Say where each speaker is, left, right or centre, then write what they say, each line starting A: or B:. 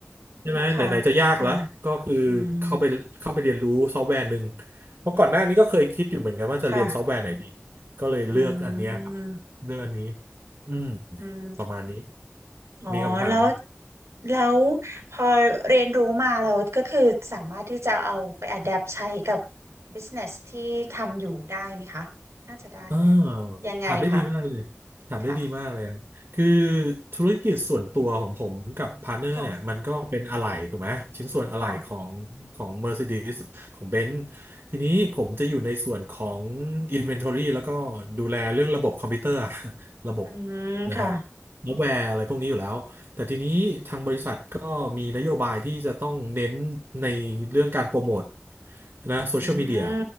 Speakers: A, on the right; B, on the right.
A: ใช่ไหมไหนๆจะยากแล้วก็คือเข้าไปเข้าไปเรียนรู้ซอฟต์แวร์หนึ่ง
B: ค่ะค่ะอืม
A: เพราะก่อนหน้านี้ก็เคยคิดอยู่เหมือนกันว่าจะเรียนซอฟต์แวร์ไหนดี
B: อืมค่ะ
A: ก็เลยเลือกอันเนี้ยครับ
B: อืม
A: เลือกอันนี้อืม
B: อืม
A: ประมาณนี้
B: อ๋อแล้ว
A: มีคำถาม
B: แล้วพอเรียนรู้มาแล้วก็คือสามารถที่จะเอาไป adapt ใช้กับ business ที่ทำอยู่ได้ไหมคะน่าจะได้ไหม
A: เออ
B: ยังไงคะ
A: ถามได้ดีมากเลยถามได้ดีมากเลยครับคือ
B: ค่ะ
A: ธุรกิจส่วนตัวของผมกับพาร์ทเนอร์เนี่ยมันก็เป็นอะไหล่ถูกไหมชิ้นส่วนอะไหล่ของของ
B: ค่ะค่ะ
A: Mercedes ของ Benz ทีนี้ผมจะอยู่ในส่วนของ Inventory แล้วก็ดูแลเรื่องระบบคอมพิวเตอร์อะ <laughs> ระบบ
B: อืมค่ะ
A: นะฮะซอฟต์แวร์อะไรพวกนี้อยู่แล้วแต่ทีนี้ทางบริษัทก็มีนโยบายที่จะต้องเน้นในเรื่องการโปรโมทนะโซเชียลมีเดีย
B: อืม